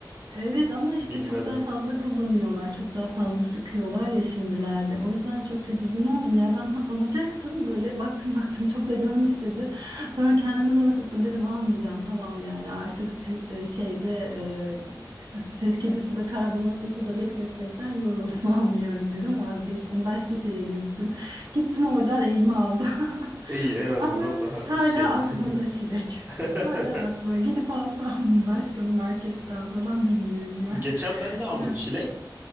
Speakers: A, on the right; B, on the right.
A: Evet ama işte
B: bilmeden.
A: çok daha fazla kullanıyorlar, çok daha fazla sıkıyorlar ya şimdilerde. O yüzden çok tedirgin oldum ya. Ben ha- alacaktım böyle baktım <laughs> baktım çok da canım istedi. Sonra kendimi zor tuttum dedim almayacağım tamam yani artık sir- e, şeyde e, sirkeli suda karbonatlı suda bekletmekten yoruldum <laughs> almıyorum dedim vazgeçtim. Başka şeye geçtim. Gittim oradan elma aldım. <laughs>
B: İyi en azından
A: Ama
B: daha
A: hala
B: şey.
A: aklımda çilek.
B: <laughs>
A: Hala haklı. Gidip alsam mı başka bir marketten falan bilmiyorum ya.
B: Geçen
A: <laughs>
B: ben de aldım
A: Ya.
B: çilek.